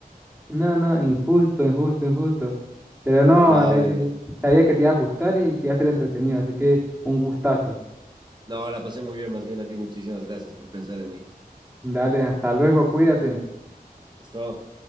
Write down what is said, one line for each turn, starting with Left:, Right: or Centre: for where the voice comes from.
Centre: no, no, injusto, injusto, injusto. Pero no,
Right: No,
Centre: Alexis,
Right: bien.
Centre: yo sabía que te iba a gustar y que iba a ser entretenido. Así que un gustazo.
Right: No, la pasé muy bien, más bien a ti. Muchísimas gracias por pensar en mí.
Centre: Dale, hasta luego, cuídate.
Right: ¿Listo?